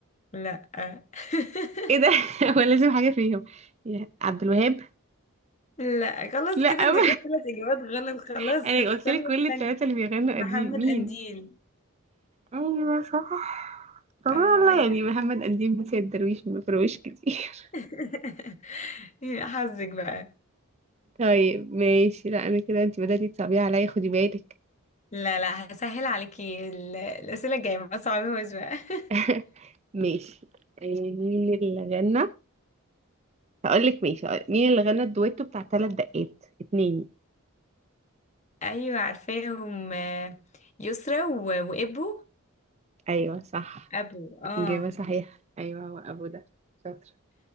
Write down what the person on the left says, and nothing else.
لأ <laughs>
لأ خلاص
كده انت
خدت ثلاث إجابات غلط خلاص
هتخسري
نقطة
تانية
محمد
قنديل
اه
يا
حلو.
<laughs> يا حظك بقى
لا لا هسهل عليكي ال- الأسئلة الجاية ما صعبهاش بقى <laughs>
ايوه عارفاهم آه، يسرا و... وابو
ابو اه